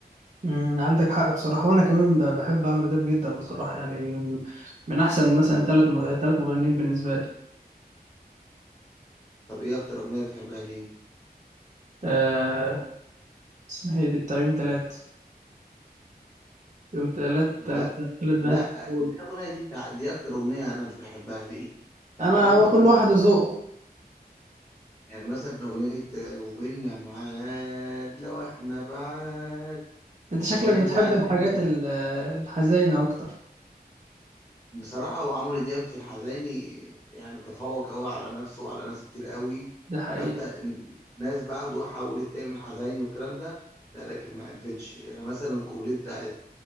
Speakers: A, on the right (about 45°); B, on the left (about 15°).
A: امم عندك حق بصراحه وانا كمان ب- بحب عمرو دياب جدا بصراحه يعني من من احسن مثلا ثلاث ثلاث مغنيين بالنسبه لي
B: طب ايه اكتر اغنيه بتحبها ليه
A: آه اسمها ايه دي بتاع يوم ثلاث يوم ثلاث
B: لا
A: ثلاث ثلاث بنات
B: لا
A: دول.
B: دي الاغنيه دي تع- دي اكتر اغنيه انا مش بحبها ليه لا
A: انا
B: وعنده
A: هو
B: اغاني
A: كل واحد
B: كتير
A: ذوقه
B: يعني مثلا أغنية وبيننا معاد لو إحنا بعاد
A: انت شكلك
B: الأغنية
A: بتحب
B: دي عارف
A: الحاجات
B: أنت
A: ال- الحزينه اكتر
B: بصراحة هو عمرو دياب في الحزيني يعني تفوق أوي على نفسه وعلى ناس كتير أوي
A: ده حقيقي
B: حتى ناس بعده حاولت تعمل حزيني والكلام ده لا لكن ما عرفتش يعني مثلا الكوبليه بتاعت